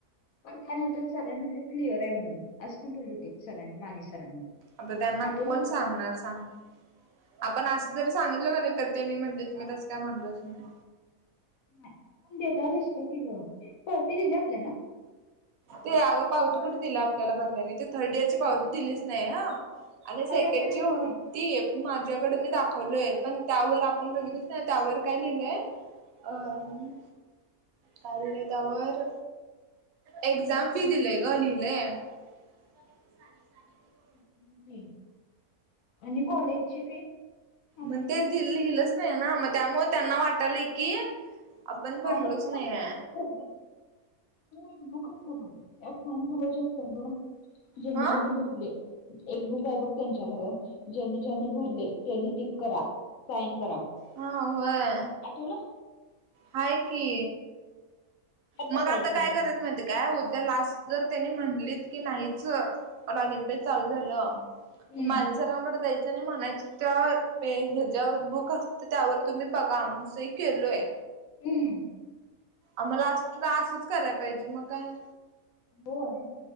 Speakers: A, on the left; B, on the right.
A: पण त्यानंतर सरांनी म्हटले क्लिअर आहे म्हणून असं पण बोलले होतेत सरांनी माने सरांनी.
B: आता त्यांना
A: आठव
B: कोण सांगणार सांग? आपण असं जरी सांगितलं का नाही तर त्यांनी म्हणलीत मी तसं काय म्हणलोच नाही.
A: नाही पण डेटा दिसतो की गं पावती दिली आपल्यांना?
B: ते अगं पावती कुठं दिली आपल्याला भरलेली ते थर्ड इयरची पावती दिलीच नाही हा आणि सेकंडची
A: तरी वर्ष दिलीच
B: होती माझ्याकड मी दाखवलोय पण त्यावर आपण बघितलच नाही त्यावर काय लिहिलंय अन काय लिहिलंय त्यावर एक्झाम फी दिलंय गं लिहिलंय. <inaudible>
A: एगजाम फी आहे आणि कॉलेजची फी आपली
B: म ते दिल्ल हिलच नाही ना मग त्यामूळं त्यांना वाटलंय की
A: <unintelligible>
B: आपण भरलोच नाहीये
A: <inaudible> एक बुक असतं बघ ऐप फॉर्म करायचं असते ब जेनी
B: हा
A: जनी भरले. एक बुक आहे बघ त्यांच्याकडे ज्यांनी ज्यांनी भरले त्यांनी टीक करा साइन करा.
B: हा होय.
A: तुलो
B: हाय की.
A: त्यात बघायचं
B: मग आता काय
A: मग
B: करायचं माहिती काय उद्या लास्ट जर त्यांनी म्हणलीत की नाहीच लॉगिन पेज चालू झालं
A: हम्म
B: माने सरांकडे जायचं आणि म्हणायचं त्या पे हेज्या वर बुक अस तं त्यावर तुम्ही बघा आम्ही सही केलोय.
A: उम्म
B: आम्हाला असी असच कराय पाहिजे मग काय.
A: होय